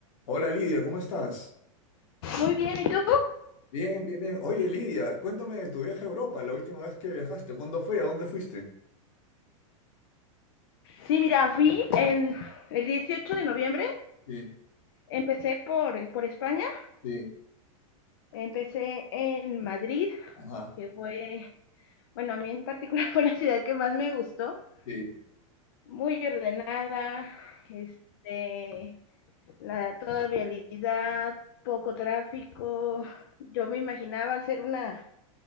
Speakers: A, on the left (about 70°); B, on the left (about 45°).
A: Hola Lidia, ¿cómo estás?
B: Muy bien, ¿y tú?
A: Bien, bien, bien. Oye Lidia, cuéntame de tu viaje a Europa, la última vez que viajaste. ¿Cuándo fue? ¿A dónde fuiste?
B: Sí, mira, fui en el 18 de noviembre.
A: Sí,
B: Empecé por, por España,
A: sí,
B: empecé en Madrid,
A: ajá,
B: que fue, bueno, a mí en particular <laughs> fue la ciudad que más me gustó,
A: sí,
B: muy ordenada, este, la, toda vialidad, poco tráfico. Yo me imaginaba al ser una